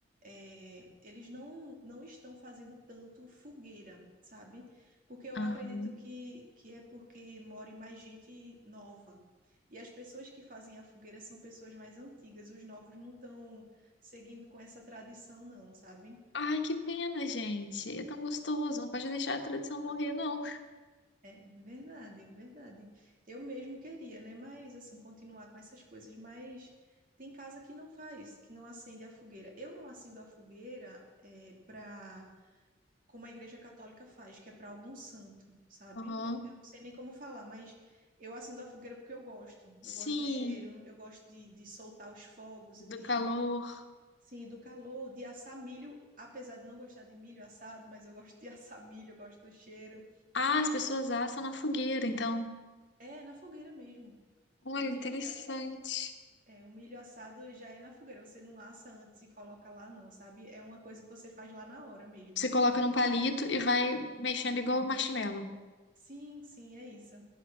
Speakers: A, on the right (about 45°); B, on the left (about 70°).
A: é, eles não, não estão fazendo tanto fogueira, sabe? Porque eu
B: Aham.
A: acredito que, que é porque more mais gente nova. E as pessoas que fazem a fogueira são pessoas mais antigas, os novos não estão seguindo com essa tradição, não, sabe?
B: Ai, que pena, gente. É tão gostoso. Não pode deixar a tradição morrer, não.
A: É, verdade, verdade. Eu mesmo queria, né? Mas, assim, continuar com essas coisas, mas tem casa que não faz, que não acende a fogueira. Eu não acendo a fogueira é, para como a Igreja Católica faz, que é para algum santo, sabe?
B: Aham.
A: Eu, eu não sei nem como falar, mas eu acendo a fogueira porque eu gosto. Eu
B: Sim,
A: gosto do cheiro, eu gosto de, de soltar os fogos, de
B: do calor.
A: Sim, do calor, de assar milho, apesar de não gostar de milho assado, mas eu gosto de <laughs> assar milho, eu gosto do cheiro.
B: Ah, as pessoas assam na fogueira, então.
A: É, na fogueira mesmo.
B: Olha,
A: O milho
B: interessante.
A: já é, o milho assado já é na fogueira, você não assa antes e coloca lá não, sabe? É uma coisa que você faz lá na hora mesmo.
B: Você coloca num palito e vai mexendo igual o marshmallow.
A: Sim, sim, é isso.